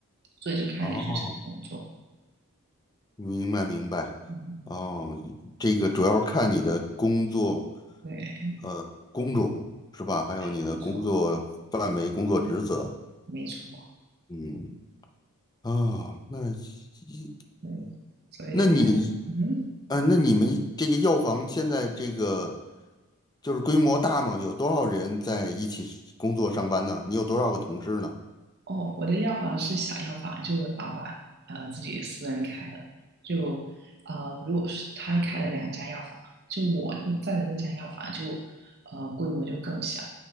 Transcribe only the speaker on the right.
所以就看你是什么工作。
嗯，
对，
没错，
没错，
对，所以现在，
嗯，
哦，我的药房是小药房，就老板呃自己私人开的，就呃如果是他开了两家药房，就我在的那家药房就呃规模就更小，